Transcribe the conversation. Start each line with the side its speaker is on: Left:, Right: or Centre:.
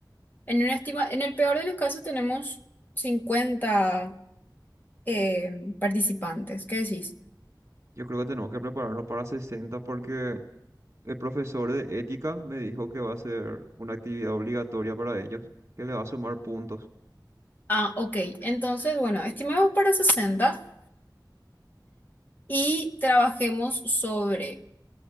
Left: en una estima, en el peor de los casos tenemos 50 eh, participantes. ¿Qué decís?
Right: Yo creo que tenemos que prepararnos para 60 porque el profesor de ética me dijo que va a ser una actividad obligatoria para ellos, que le va a sumar puntos.
Left: Ah, ok. Entonces, bueno, estimemos para 60 y trabajemos sobre